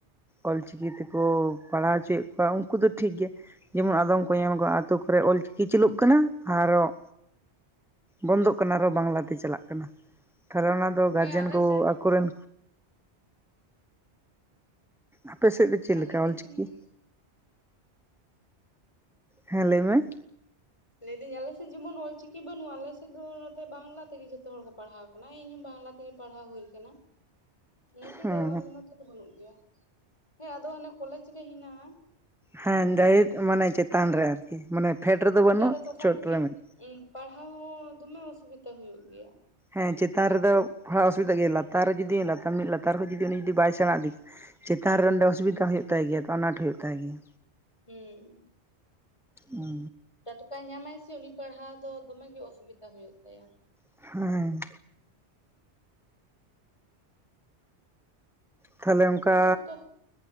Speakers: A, in the centre; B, on the left (about 25°).
A: ᱚᱞᱪᱤᱠᱤ ᱛᱮᱠᱚ ᱯᱟᱲᱦᱟᱣ ᱚᱪᱚᱭᱮᱜ ᱠᱚᱣᱟ ᱩᱱᱠᱩ ᱫᱚ ᱴᱷᱤᱠ ᱜᱮᱭᱟ ᱡᱮᱢᱚᱱ ᱟᱫᱚᱢ ᱠᱚ ᱧᱮᱞ ᱠᱚᱢ ᱟᱛᱩ ᱠᱚᱨᱮ ᱚᱞ ᱪᱤᱠᱤ ᱪᱟᱞᱩᱜ ᱠᱟᱱᱟ ᱟᱨᱦᱚᱸ ᱵᱚᱱᱫᱚᱜ ᱠᱟᱱᱟ ᱟᱨᱦᱚᱸ ᱵᱟᱝᱞᱟᱛᱮ ᱪᱟᱞᱟᱜ ᱠᱟᱱᱟ᱾ ᱛᱟᱸᱦᱚᱞᱮ ᱚᱱᱟ ᱫᱚ ᱜᱟᱨᱡᱮᱱ
B: ᱦᱮᱸ ᱟᱞᱮ
A: ᱠᱚ
B: ᱥᱮᱫ
A: ᱟᱠᱚᱨᱮᱱ ᱟᱯᱮ ᱥᱮᱫ ᱪᱮᱫ
B: ᱟᱞᱮ
A: ᱞᱮᱠᱟ
B: ᱥᱮᱡ
A: ᱚᱞᱪᱤᱠᱤ
B: ᱡᱮᱢᱚᱱᱤ,
A: ᱦᱮᱸ ᱞᱟᱹᱭ ᱢᱮ,
B: ᱞᱟᱹᱭᱫᱟᱹᱧ ᱟᱞᱮᱥᱮᱫ ᱡᱮᱢᱚᱱ ᱚᱞ ᱪᱤᱠᱤ ᱵᱟᱹᱱᱩᱜᱼᱟ᱾ ᱟᱞᱮᱥᱮᱫ ᱫᱚ ᱱᱚᱛᱮ ᱵᱟᱝᱞᱟ ᱛᱮᱜᱮ ᱡᱚᱛᱚ ᱦᱚᱲ ᱠᱚ ᱯᱟᱲᱦᱟᱣ ᱟᱠᱟᱱᱟ᱾ ᱤᱧ ᱦᱚᱸ ᱵᱟᱝᱞᱟ ᱛᱮᱜᱮ, ᱯᱟᱲᱦᱟᱣ ᱦᱩᱭ ᱟᱠᱟᱱᱟ᱾ ᱱᱚᱛᱮ
A: ᱦᱮᱸ
B: ᱫᱚ ᱟᱞᱮ ᱱᱚᱛᱮ ᱫᱚ ᱵᱟᱹᱱᱩᱜ ᱜᱮᱭᱟ ᱾ᱦᱮᱸ ᱟᱫᱚ ᱦᱟᱱᱮ ᱠᱚᱞᱮᱡᱽ ᱨᱮ ᱦᱮᱱᱟᱜᱼᱟ᱾
A: ᱦᱮᱸ ᱡᱟᱭᱦᱩᱠ ᱢᱟᱱᱮ ᱪᱮᱛᱟᱱ ᱨᱮ ᱟᱨᱠᱤ ᱢᱟᱱᱮ ᱯᱷᱮᱰ ᱨᱮᱫᱚ
B: ᱪᱮᱛᱟᱱ
A: ᱵᱟᱹᱱᱩᱜ
B: ᱨᱮ ᱛᱚᱠᱷᱚᱱ
A: ᱪᱚᱴ
B: ᱠᱤ
A: ᱨᱮ ᱢᱮᱱᱟᱜ᱾
B: ᱯᱟᱲᱦᱟᱣ ᱦᱚᱸ ᱫᱚᱢᱮ ᱚᱥᱩᱵᱤᱫᱟ ᱦᱩᱭᱩᱜ ᱜᱮᱭᱟ᱾
A: ᱦᱮᱸ ᱪᱮᱛᱟᱱ ᱨᱮᱫᱚ ᱯᱟᱲᱦᱟᱣ ᱚᱥᱩᱵᱤᱫᱟ ᱜᱮᱭᱟ ᱞᱟᱛᱟᱨ ᱨᱮ ᱡᱩᱫᱤ ᱞᱟᱛᱟᱨ ᱢᱤᱫ ᱞᱟᱛᱟᱨ ᱠᱷᱚᱱ ᱡᱩᱫᱤ ᱩᱱᱤ ᱡᱩᱫᱤ ᱵᱟᱭ ᱥᱮᱸᱬᱟ ᱤᱫᱤ ᱠᱟᱜ-ᱟ᱾ ᱪᱮᱛᱟᱱ ᱨᱮ ᱚᱸᱰᱮ ᱚᱥᱩᱵᱤᱫᱟ ᱦᱩᱭᱩᱜ ᱛᱟᱭ ᱜᱮᱭᱟ ᱛᱚ ᱟᱱᱟᱴ ᱦᱩᱭᱩᱜ ᱛᱟᱭ ᱜᱮᱭᱟ᱾
B: ᱦᱮᱸ
A: ᱦᱚ
B: ᱴᱟᱴᱠᱟᱭ ᱧᱟᱢᱟᱭ ᱥᱮ ᱩᱱᱤ ᱯᱟᱲᱦᱟᱣ ᱫᱚ ᱫᱚᱢᱮ ᱜᱮ ᱚᱥᱩᱵᱤᱫᱟ ᱦᱩᱭᱩᱜ ᱛᱟᱭᱟ᱾
A: ᱦᱮᱸ ᱛᱟᱦᱚᱞᱮ ᱚᱱᱠᱟ
B: ᱟᱯᱮ ᱥᱮᱡ ᱚᱠᱟ,